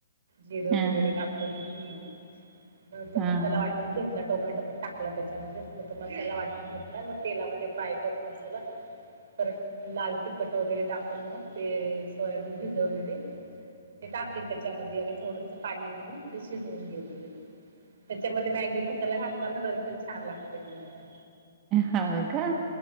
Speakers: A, on the right; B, on the right.
A: जिर
B: हां,
A: वगैरे
B: हां.
A: टाकून ह परत तो
B: हां.
A: मसाला वा टून घेतला टोमॅटो पण टाकला तेच्यामध्ये मग तो मसाला वाटून घेतला मग तेलामध्ये फ्राय करून मसाला परत लाल तिखट वगैरे टाकून मग ते सोयाबीन भिजवलेले ते टाकले त्याच्यामध्ये आणि थोडस पाणी घालून ते शिजवून घेतले त्याच्यामध्ये मॅगी मसाला घातला ना तरी पण छान लागते ती भाजी
B: हाव का